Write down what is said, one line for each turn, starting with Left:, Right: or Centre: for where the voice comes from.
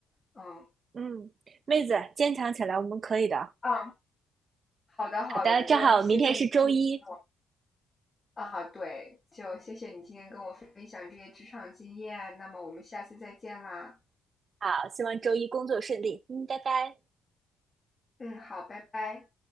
Left: 嗯。
Right: 嗯，妹子，坚强起来，我们可以的。
Left: 啊，好的好的，
Right: 好的，正好明天是周一，
Left: 就谢谢你今天跟啊，对，就谢谢你今天跟我分享这些职场经验，那么我们下次再见啦。
Right: 好，希望周一工作顺利。嗯，拜拜。
Left: 嗯，好，拜拜。